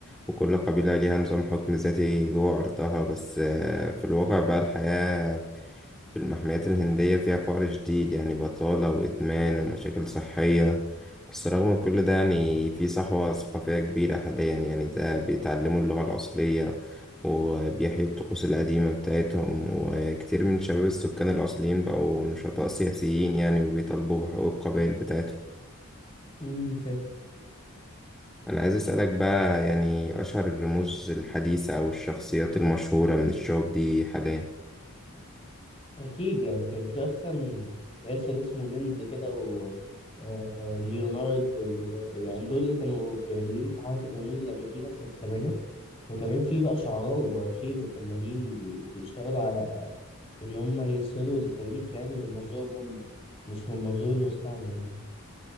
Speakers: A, in the centre; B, on the left (about 25°).
A: وكل قبيلة ليها نظام حكم ذاتي جوه أرضها بس آه، في الواقع بقى الحياة في المحميات الهندية فيها فقر شديد يعني بطالة وإدمان ومشاكل صحية بس رغم كل ده يعني في صحوة ثقافية كبيرة حاليا يعني ده بيتعلموا اللغة الأصلية وبيحيي الطقوس القديمة بتاعتهم وكتير من شباب السكان الأصليين بقوا نشطاء سياسيين يعني وبيطالبوا بحقوق القبائل بتاعتهم
B: امم
A: أنا عايز أسألك بقى يعني أشهر الرموز الحديثة أو الشخصيات المشهورة من الشعوب دي حاليا
B: أكيد يعني كان في أصلا راسل اسمه مينز كده و آه، ليونارد ويعني دول اللي كانوا قياديين في حركة الهنود الأمريكيين أصلا في السبعينات وكمان في بقى شعراء ومؤرخين وفنانين بي- بيشتغلوا على إن هم يسردوا التاريخ يعني من منظورهم هم مش من منظور المستعمر يعني.